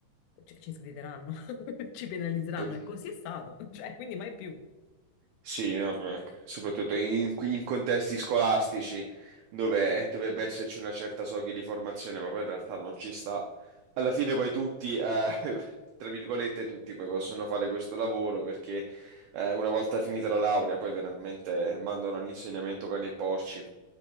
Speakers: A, on the left; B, on the right.
A: cioè, ci sgrideranno, <laughs> ci penalizzeranno
B: prati-
A: e così è stato, <laughs> cioè, quindi mai più.
B: sì, vabbè, soprattutto in, in contesti scolastici dove dovrebbe esserci una certa soglia di formazione, ma poi in realtà non ci sta. Alla fine poi tutti, eh, <laughs> tra virgolette, tutti poi possono fare questo lavoro perché eh, una volta finita la laurea poi veramente mandano all'insegnamento cani e porci.